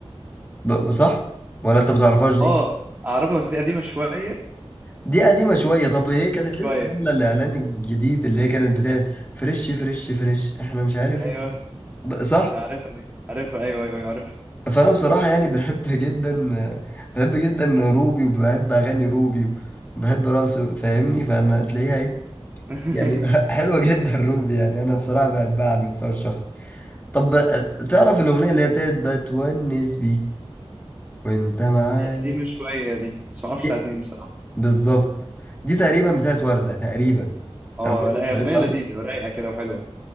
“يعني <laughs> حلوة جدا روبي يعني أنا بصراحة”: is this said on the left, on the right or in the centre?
Left